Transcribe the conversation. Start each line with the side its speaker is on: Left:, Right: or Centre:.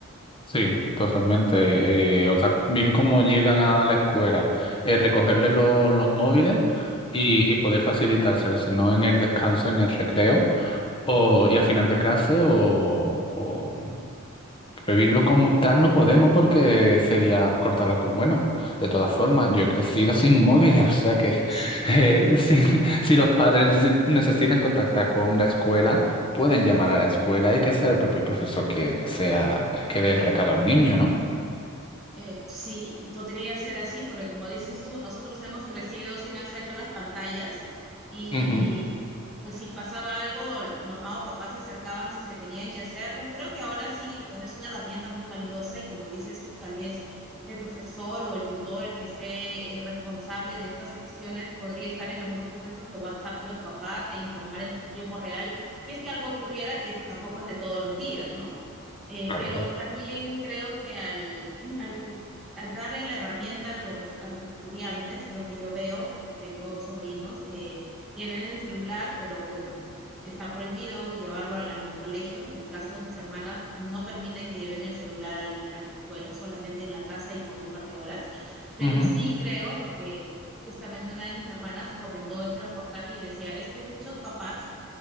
Left: Sí, totalmente. Eh, o tal- bien como llegan a la escuela, eh, recogerles lo- los móviles y, y poder facilitárselos si no en el descanso, en el recreo O, y afinar de clase o, o prohibirlo como tal no podemos porque sería cortarla con... Bueno, de todas formas, yo he crecido sin móviles, <laughs> o sea que
Centre: <laughs>
Left: eh, <laughs> si, si los padres necesi- necesitan contactar con la escuela, pueden llamar a la escuela y que sea el propio profesor que, que sea el que dé el recado al niño, ¿no?
Centre: Eh, sí, podría ser así, porque como dices tú, nosotros hemos crecido sin acceso a las pantallas y
Left: Ujú,
Centre: pues si pasaba algo, mamá o papá se acercaban si es que tenían que hacerlo. Creo que ahora sí, bueno, es una herramienta muy valiosa y como dices tú, tal vez el profesor o el tutor, el que esté eh, responsable de estas secciones, podría estar en los grupos de estos de WhatsApp de los papás e informar en tiempo real si es que algo ocurriera, que eso tampoco es de todos los días, ¿no? Eh,
Left: claro.
Centre: pero también creo que al, <clears throat> al que al darle la herramienta a los, a los estudiantes, lo que yo veo, porque tengo sobrinos que tienen el celular, pero bueno, está prohibido llevarlo al, al colegio. En el caso de mis hermanas, no permiten que lleven el celular al, a la escuela, solamente en la casa y por un par de horas. Pero
Left: Ujú.
Centre: sí creo, porque justamente una de mis hermanas comentó este reportaje y decía, es que muchos papás